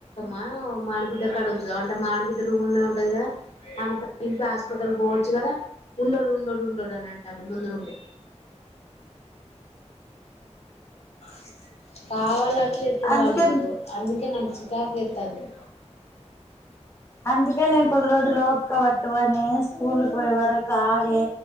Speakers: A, on the left; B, on the left.
A: ఆ మా అడిబిడ్డ కాడ ఉంచుదాం అంటే మాడిబిడ్డ రూమ్ లే ఊ ఉంటది గా నమ్మక దింపి హాస్పిటల్ కి పోవచ్చు కదా ఉండడు ఉండడు ఉండడు అని అంటాది ముందు నుండి <inaudible> కావాలనే చేస్తారు
B: అందుకని
A: వాళ్ళు అందుకే నాకు చికాకు లేతంది
B: అందుకే నేను కొద్ది ఓపిక పట్టువనే స్కూల్ పోయేవరకు కాదే